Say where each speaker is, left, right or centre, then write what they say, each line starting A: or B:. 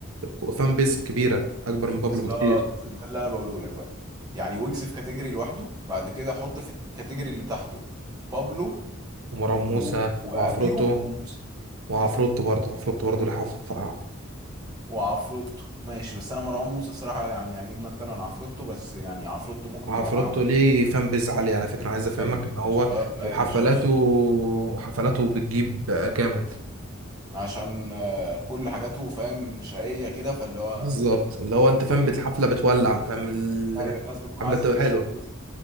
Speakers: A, on the right; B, on the right.
A: الفان بيز كبيره اكبر من
B: بالظبط
A: بابلو بكتير
B: ده اللي انا بقوله لك بقى يعني ويجز في كاتيجوري لوحده بعد كده حط في الكاتيجوري اللي تحته بابلو
A: ومروان
B: و...
A: موسى
B: وابيو
A: وعفروتو
B: وموسى
A: وعفروتو برضه عفروتو برضه ليه حف...
B: وعفروتو ماشي بس انا مروان موسى الصراحه يعني عاجبني اكتر من عفروتو بس يعني عفروتو ممكن
A: عفروتو
B: يبقى معاهم برضه
A: ليه فان بيز عالي على فكره عايز افهمك
B: ايوه
A: ان
B: ايوه
A: هو
B: الشباب ايوه
A: وحفلاته
B: الشباب
A: وحفلاته بتجيب جامد
B: عشان آه، كل حاجاته فاهم شقية كده فاللي هو
A: بالظبط اللي هو انت فاهم
B: ايوه
A: الحفله بتولع فاهم الحفله
B: ايوه الناس بتكون عايزة
A: بتبقى
B: تخش
A: حلوه
B: تنبسط